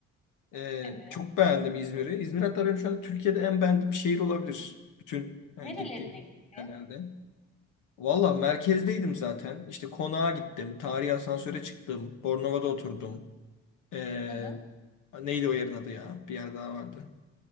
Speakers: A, on the left; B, on the left.
A: E,
B: Evet.
A: çok beğendim İzmir'i. İzmir hatta benim şu anda Türkiye'de en beğendiğim şehir olabilir. Bütün hani
B: Nerelerine
A: gittiğim
B: gittin?
A: yerlerde. Valla merkezdeydim zaten. İşte konağa gittim. Tarihi asansöre çıktım. Bornova'da oturdum. E,
B: Hı hı.
A: neydi o yerin adı ya? Bir yer daha vardı.